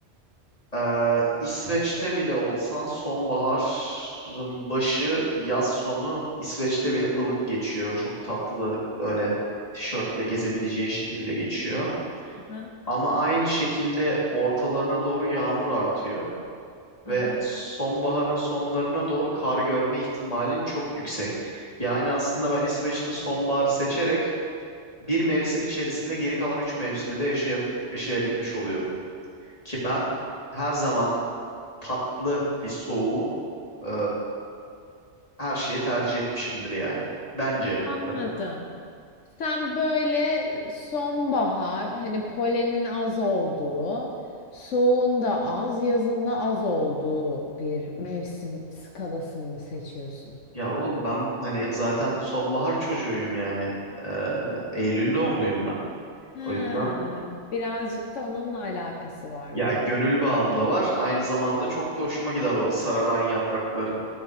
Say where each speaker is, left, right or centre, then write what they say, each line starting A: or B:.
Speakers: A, on the left; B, on the left.
A: e, İsveç'te bile olsan sonbaharın başı, yaz sonu İsveç'te bile ılık geçiyor. Çok tatlı böyle tişörtle gezebileceğin şekilde geçiyor.
B: Aha,
A: Ama aynı şekilde ortalarına doğru yağmur artıyor. ve
B: aha.
A: sonbaharın sonlarına doğru kar görme ihtimalin çok yüksek. Yani aslında ben İsveç'te sonbaharı seçerek bir mevsim içerisinde geri kalan üç mevsimi de yaşayam- yaşayabilmiş oluyorum. Ki ben her zaman tatlı bir soğuğu e, her şeye tercih etmişimdir yani. Bence
B: Anladım.
A: tabii.
B: Sen böyle sonbahar, hani polenin az olduğu, soğuğun da az, yazın da az olduğu bir mevsim skalasını seçiyorsun.
A: Ya oğlum ben hani zaten sonbahar çocuğuyum yani. E, Eylül doğumluyum ben.
B: Ha,
A: O yüzden.
B: birazcık da onunla alakası var
A: Ya
B: gibi.
A: gönül bağım da var. Aynı zamanda çok da hoşuma gider o sararan yaprakların